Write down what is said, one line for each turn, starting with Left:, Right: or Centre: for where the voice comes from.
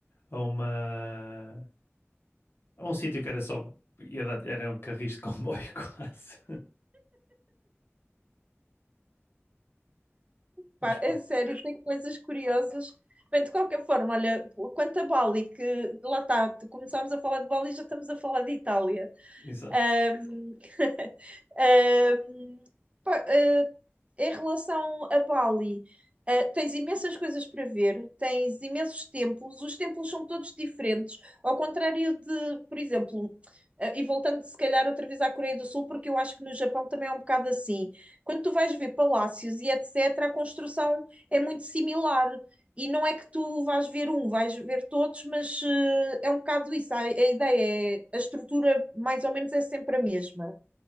Left: a uma... a um sítio que era só... ia dar- era um carris de comboio <laughs> quase. Mas
Right: Pá,
Left: pronto,
Right: é sério, tem coisas curiosas. Bem, de qualquer forma, olha, quanto a Bali, que lá está, começámos a falar de Bali e já estamos a falar de Itália.
Left: exato.
Right: Um, um, <laughs> pá, eh, em relação a Bali, eh, tens imensas coisas para ver, tens imensos templos, os templos são todos diferentes, ao contrário de, por exemplo, eh, e voltando se calhar outra vez à Coreia do Sul, porque eu acho que no Japão também é um bocado assim. Quando tu vais ver palácios e etc., a construção é muito similar. E não é que tu vais ver um, vais ver todos, mas eh, é um bocado isso. A, a ideia é, a estrutura mais ou menos é sempre a mesma.